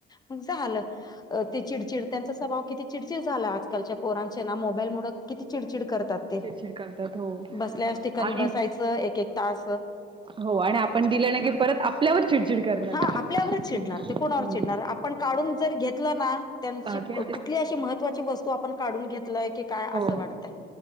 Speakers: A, on the left; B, on the right.
A: मग झालं अ ती चिडचिड त्यांचा स्वभाव किती चिडचिड झाला आज कालच्या पोरांचे ना मोबाईल मुळं किती चिडचिड करतात ते
B: चीड करतात हो.
A: बसल्याच ठिकाणी
B: आणि
A: बसायचं एक एक तास
B: हो आणि आपण दिलं नाय की परत आपल्यावर चिडचिड करणार
A: हा आपल्यावरच चिडणार
B: हं
A: ते कोणावर चिडणार आपण काढून जर घेतला ना त्यांची
B: बाकी
A: कुठली अशी महत्वाची वस् तो आपण काढून घेतलाय की काय
B: हो
A: असं वाडतय